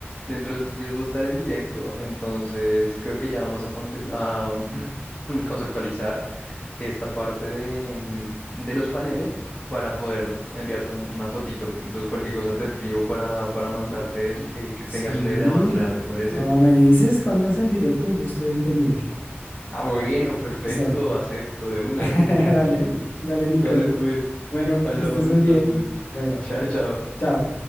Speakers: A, on the left; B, on the left.
A: dentro de estos días voy a estar en directo, entonces creo que ya vamos a, conte- a, mm, <clears throat> conceptualizar esta parte de, mm, de los paneles para poder enviarte un- una fotito. Entonces cualquier cosa te escribo para, para mandarte eso y que, que
B: Sí,
A: tengas una idea más clara, ¿te parece?
B: o me dices cuándo es el directo y yo estoy ahí pendiente.
A: Ah, bueno, perfecto,
B: Listo,
A: acepto de una.
B: <laughs> dale, Ni- dale, Nico.
A: Dale pues,
B: Bueno,
A: hablamos
B: que estés
A: entonces.
B: muy bien.
A: <laughs>
B: Bueno,
A: Chao, chao.
B: chao.